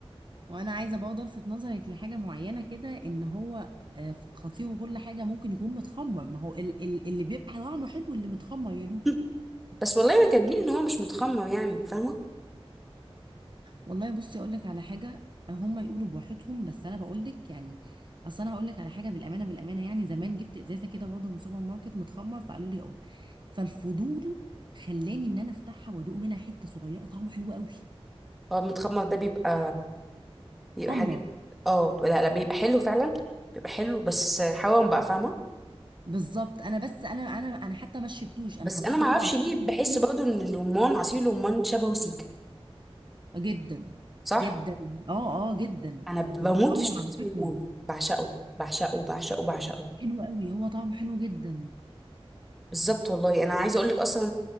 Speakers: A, on the right; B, in the centre.
A: وانا عايزه برضه الفت نظرك لحاجه معينه كده ان هو آه، خطير وكل حاجه ممكن يكون متخمر ما هو ال- ال- اللي بيبقى طعمه حلو اللي متخمر يا لولو
B: <laughs> بس والله ما كاتبين ان هو مش متخمر يعني فاهمه
A: والله بصي اقول لك على حاجه هم يقولوا بواحدهم بس انا بقول لك يعني اصل انا هقول لك على حاجه بالامانه بالامانه يعني زمان جبت ازازه كده برضه من سوبر ماركت متخمر فقالوا لي اه فالفضول خلاني ان انا افتحها وادوق منها حته صغيره طعمه حلو قوي
B: هو متخمر ده بيبقى بيبقى
A: خمره
B: حاجات اه لا لا بيبقى حلو فعلا بيبقى حلو بس حوام بقى فاهمه
A: بالظبط انا بس انا انا انا حتى ما شربتوش انا
B: بس
A: حطيته
B: انا ما
A: كده
B: اعرفش
A: على
B: ليه
A: الفرن
B: بحس
A: بتاعي.
B: برضه ان الرمان عصير الرمان شبهه سيكا
A: جدا
B: صح
A: جدا اه اه جدا
B: انا بموت
A: وبيتخمر
B: في الشيبس
A: على فكره
B: الرمان بعشقه بعشقه بعشقه بعشقه
A: حلو قوي هو طعمه حلو جدا
B: بالظبط والله انا عايزه اقول لك اصلا